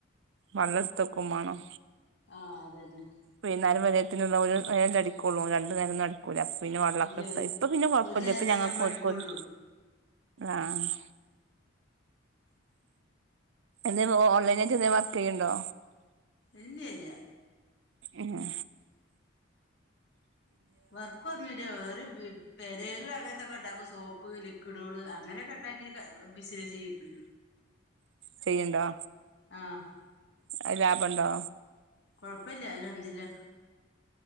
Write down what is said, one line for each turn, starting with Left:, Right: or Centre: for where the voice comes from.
Right: വളർത്തക്കും മാണം
Left: ആഹ് അതന്നെ
Right: വൈന്നേരം വരേത്തിനുള്ള ഒരു നേരം അടിക്കൊള്ളൂ രണ്ടു നേരോന്നു അടി കൂല പിന്നെവെള്ളൊക്കെടുത്താതി
Left: ഇല്ല ഒരു
Right: ഇപ്പൊ പിന്നെ കൊഴപ്പല്ല
Left: ഒരു നേരത്തിനല്ലേ
Right: ഇപ്പ ഞങ്ങൾക്കും
Left: നമ്മള്
Right: ഓൽക്കും
Left: അടിക്കൊള്ളൂ
Right: ഒര് ആഹ് - എന്തേ ഓൺലൈനായിയിട്ട് എന്തേ വർക്ക് യ്യ്ണ്ടോ
Left: ഇല്ല ഇല്ല
Right: ആഹ്
Left: വർക്ക് ഒന്നുല്ല <unintelligible> പേരേല് അങ്ങനത്തൊക്കെ ഇണ്ടാക്കും സോപ്പ് ലിക്വിഡോള് അങ്ങനെയൊക്കെ ഇണ്ടാക്കി ബിസിനസ് ചെയ്ണ്ട്
Right: ചെയ്യ്ണ്ടോ
Left: ആഹ്
Right: അത്‌ ലാഭണ്ടോ
Left: കുഴപ്പമില്ല അൽഹംദുരില്ല